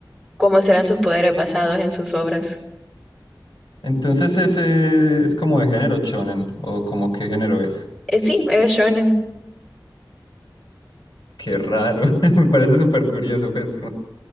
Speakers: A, in the centre; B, on the left.
A: cómo serán sus poderes basados en sus obras.
B: Entonces ese es como de género shonen, o como qué género es.
A: Eh, sí, es shonen.
B: Qué raro, <laughs> me parece súper curioso, pues